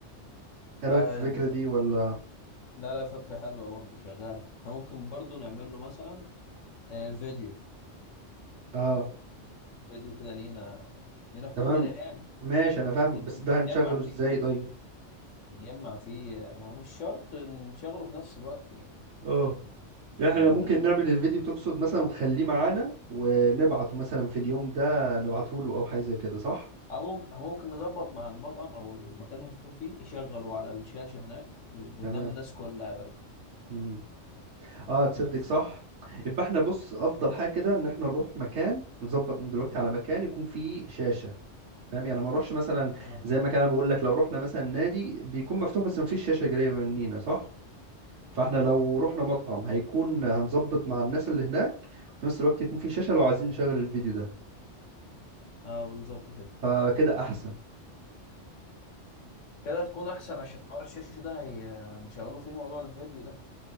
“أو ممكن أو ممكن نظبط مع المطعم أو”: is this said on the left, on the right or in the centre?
Left